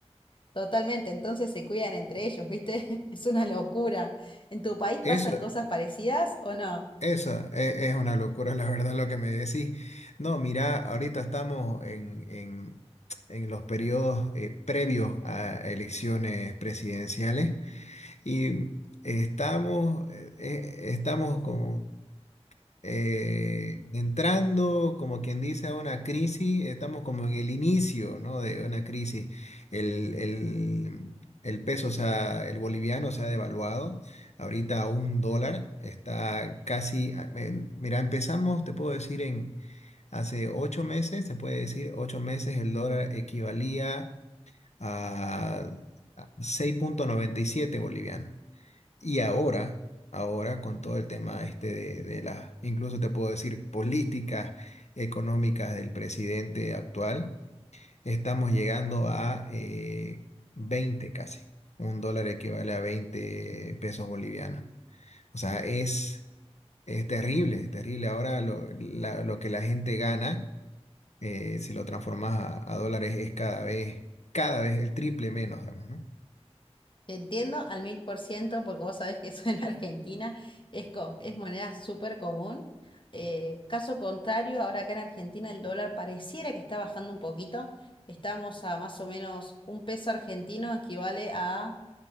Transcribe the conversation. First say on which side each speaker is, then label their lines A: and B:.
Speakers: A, on the left; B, on the left.
A: Totalmente, entonces se cuidan entre ellos, ¿viste? <laughs> Es una locura. ¿En tu país pasan
B: Eso.
A: cosas parecidas o no?
B: Esa e- es una locura, la verdad, lo que me decís. No, mira, ahorita estamos en, en- en los periodos eh, previos a elecciones presidenciales y estamos, eh, eh, estamos como eh, entrando, como quien dice, a una crisis, estamos como en el inicio, ¿no? de una crisis. El, el- el peso, o sea, el boliviano se ha devaluado, ahorita a un dólar, está casi, a- en- mira, empezamos, te puedo decir, en hace ocho meses, se puede decir, ocho meses el dólar equivalía a seis punto noventa y siete boliviano. Y ahora, ahora con todo el tema este de, de las, incluso te puedo decir, políticas económicas del presidente actual, estamos llegando a eh, 20 casi. Un dólar equivale a 20 pesos bolivianos. O sea, es, es terrible, es terrible. Ahora lo, la- lo que la gente gana, eh, si lo transformas a, a dólares, es cada vez, cada vez el triple menos, digamos, ¿no?
A: Te entiendo al mil por ciento porque vos sabés que eso en <laughs> Argentina es, con, es moneda súper común. Eh, caso contrario, ahora acá en Argentina el dólar pareciera que está bajando un poquito. Estamos a más o menos un peso argentino equivale a...